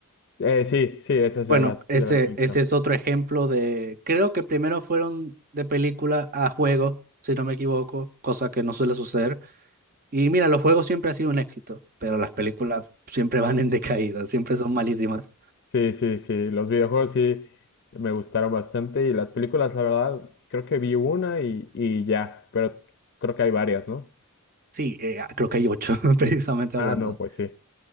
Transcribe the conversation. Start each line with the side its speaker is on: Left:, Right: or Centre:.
Left: Eh, sí, sí, esas
Right: Bueno,
Left: ya las,
Right: ese,
Left: ya las he visto.
Right: ese es otro ejemplo de, creo que primero fueron de película a juego, si no me equivoco, cosa que no suele suceder. Y mira, los juegos siempre han sido un éxito, pero las películas siempre van en <laughs> decaída, siempre son malísimas.
Left: Sí, sí, sí, los videojuegos sí me gustaron bastante y las películas, la verdad, creo que vi una y, y ya, pero creo que hay varias, ¿no?
Right: Sí, eh, ah, creo que hay ocho, <laughs> precisamente
Left: Ah,
Right: hablando.
Left: no, pues sí.